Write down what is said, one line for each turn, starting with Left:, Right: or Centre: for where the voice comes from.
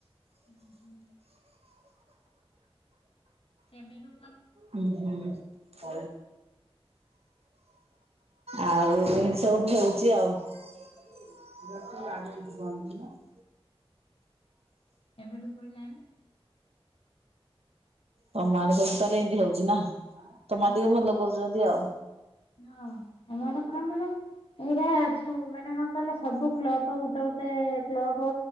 Left: <inaudible> ଏବେ ଠୁ
Right: <unintelligible> ଆଉ ଏ ସବୁ ହେଉଛି ଆଉ। <unintelligible>
Left: ଏବେଠୁ କହିଲାଣି।
Right: ତମଆଡେ ସବୁ ତାହେଲେ ଏମତି ହଉଛି ନା,
Left: ହୁଁ।
Right: ତମ ଆଡେ ଟିକେ ଭଲ କରୁଛନ୍ତି ଆଉ।
Left: ହଁ, ଆମ ଆଡେ ପୁରା ମାନେ ଏଇରା ଅଛୁ ମାନେ କଣ କହିଲ ସବୁ କ୍ଲବ ଗୋଟେ ଗୋଟେ କ୍ଲବ